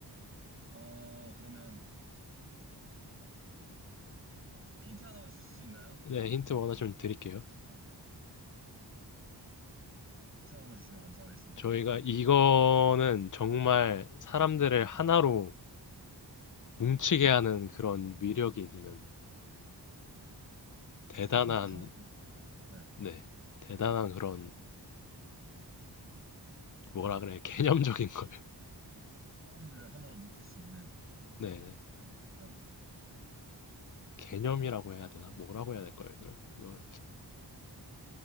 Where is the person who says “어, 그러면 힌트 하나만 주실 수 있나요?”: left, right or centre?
Right